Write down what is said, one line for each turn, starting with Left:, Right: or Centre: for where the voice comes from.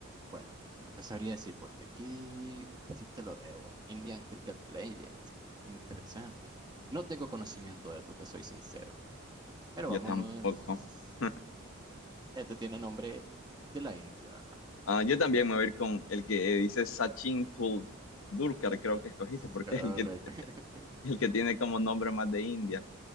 Right: Bueno, no te sabría decir porque aquí sí te lo debo. Indian Cricket Legend. Interesante. No tengo conocimiento de esto, te soy sincero. Pero
Left: Yo
Right: vámonos.
Left: tampoco. <laughs>
Right: Este tiene nombre de la India.
Left: Ah, yo también me voy a ir con el que dice Sachin Tendulkar, creo que escogiste,
Right: <laughs>
Left: porque
Right: Correcto.
Left: es el que,
Right: <laughs>
Left: el que tiene como nombre más de India.